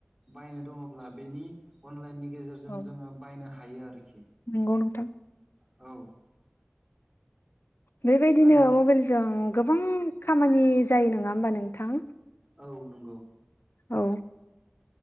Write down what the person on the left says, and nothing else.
औ
नंगौ नोंथां।
बेबायदिनो
मबाइलजों गोबां खामानि जायो नङा होमबा नोंथां।
औ